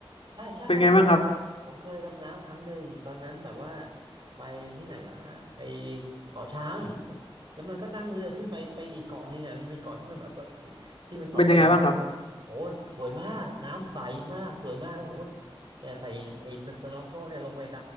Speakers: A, on the right; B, on the left.
A: ใช่ใช่ใช่ผมเคยผมเคยดำน้ำครั้งหนึ่งตอนนั้นแบบว่า
B: เป็นไงบ้างครับ
A: ไปที่ไหนวะไอเกาะช้างแล้วมันก็นั่งเรือขึ้นไปไปอีกเกาะหนึ่งอ่ะมันมีเกาะที่มันแบบว่าที่มันออกไปอีกนิดนึงโอ้สวยมากน้ำใสมากสวยมากแล้วผมก็
B: เป็นยังไงบ้างครับ
A: เนี่ยใส่ไอ้สโนว์โก้เนี่ยลงไปด